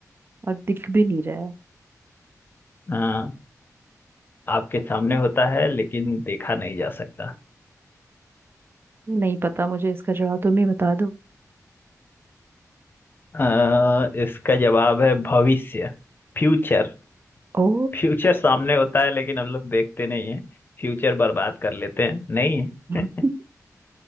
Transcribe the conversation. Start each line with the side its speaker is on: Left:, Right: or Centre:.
Right: और दिख भी नहीं रहा है
Left: हाँ आपके सामने होता है लेकिन देखा नहीं जा सकता
Right: नहीं पता मुझे इसका जवाब तुम ही बता दो
Left: अ, इसका जवाब है भविष्य फ्यूचर
Right: ओ
Left: फ्यूचर सामने होता है लेकिन हम लोग देखते नहीं है फ्यूचर बर्बाद कर लेते हैं नहीं
Right: <laughs>
Left: <laughs>